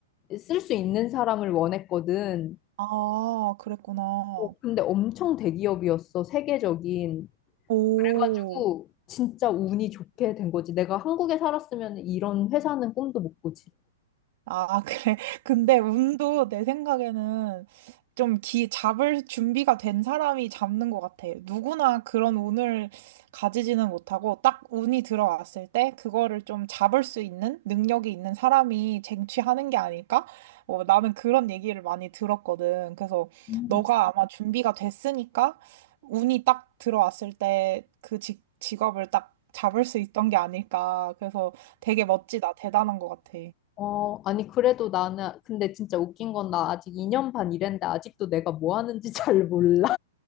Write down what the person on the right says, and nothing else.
아, 그랬구나.
오.
아, 그래. <laughs> 근데 운도 내 생각에는 좀 기, 잡을 준비가 된 사람이 잡는 것 같아. 누구나 그런 운을 가지지는 못하고 딱 운이 들어왔을 때 그거를 좀 잡을 수 있는 능력이 있는 사람이 쟁취하는 게 아닐까? 어, 나는 그런 얘기를 많이 들었거든. 그래서
너가 아마 준비가 됐으니까 운이 딱 들어왔을 때 그 직업을 딱 잡을 수 있던 게 아닐까. 그래서 되게 멋지다. 대단한 것 같아.